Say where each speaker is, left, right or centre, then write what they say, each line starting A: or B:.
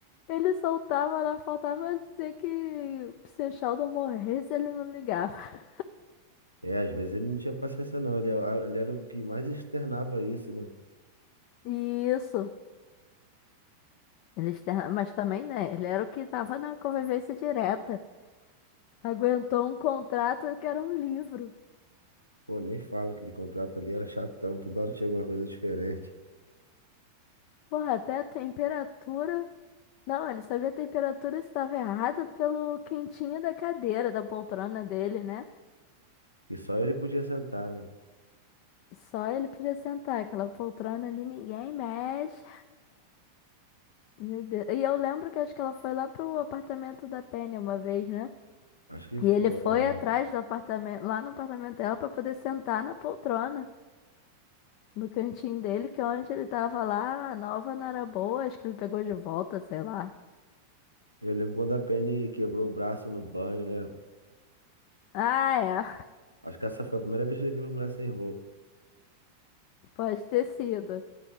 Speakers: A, on the left; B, on the left.
A: Ele soltava lá, faltava dizer que se o Sheldon morresse, ele não ligava.
B: É, às vezes ele não tinha paciência não, ele, é ele era o que mais externava isso, né?
A: E isso. Ele, externa- mas também, né? Ele era o que tava na convivência direta. Aguentou um contrato que era um livro.
B: Pô, nem falo que de contrato ali era chatão, toda hora tinha alguma coisa diferente.
A: Porra, até a temperatura. Não, ele sabia a temperatura estava errada pelo quentinho da cadeira, da poltrona dele, né?
B: E só ele podia sentar, né?
A: Só ele podia sentar, aquela poltrona ali ninguém mexe. Meu Deus. E eu lembro que acho que ela foi lá pro apartamento da Penny uma vez, né?
B: Acho que foi,
A: E ele foi
B: é.
A: atrás do apartamento, lá no apartamento dela pra poder sentar na poltrona, no cantinho dele, que é onde ele tava lá, a nova não era boa, acho que ele pegou de volta, sei lá.
B: Eu lembro quando a Penny quebrou o braço no banho, né?
A: Ah, é.
B: Acho que essa foi a primeira vez que ele viu uma mulher sem roupa.
A: <laughs> Pode ter sido.